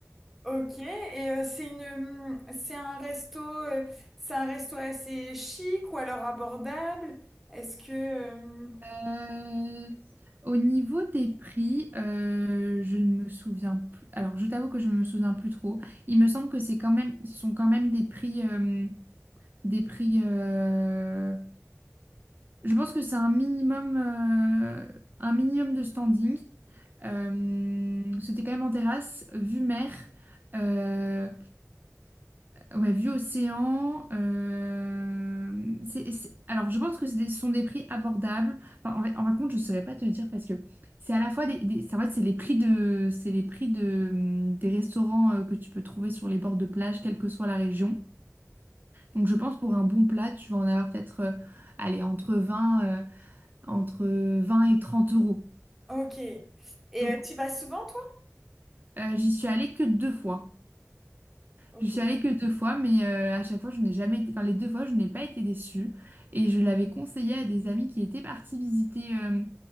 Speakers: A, in the centre; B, on the right.
A: Ok, et euh, c'est une, hum, c'est un resto, euh, c'est un resto assez chic ou alors abordable. Est-ce que, hum,
B: Euh, au niveau des prix, euh, je ne me souviens plus. Alors je t'avoue que je ne me souviens plus trop. Il me semble que c'est quand même, ce sont quand même des prix, euh, des prix. euh, Je pense que c'est un minimum, euh, un minimum de standing. Euh, c'était quand même en terrasse, vue mer. Euh, Ouais, vue océan. euh, c'est, c'est- Alors, je pense que c'est des- ce sont des prix abordables. Enfin, en fait, en fin de compte, je ne saurais pas te dire parce que c'est à la fois des, des- c'est- en fait, c'est les prix de, c'est les prix de, hum, des restaurants euh, que tu peux trouver sur les bords de plage, quelle que soit la région. Donc, je pense pour un bon plat, tu vas en avoir peut-être, euh, allez, entre vingt, euh, entre 20 et 30 euros.
A: ok. Et
B: Donc,
A: euh, tu vas souvent, toi?
B: euh, j'y suis allée que deux fois.
A: Ok.
B: Je suis allée que deux fois, mais euh, à chaque fois, je n'ai jamais été. Enfin, les deux fois, je n'ai pas été déçue. Et je l'avais conseillé à des amis qui étaient partis visiter, euh,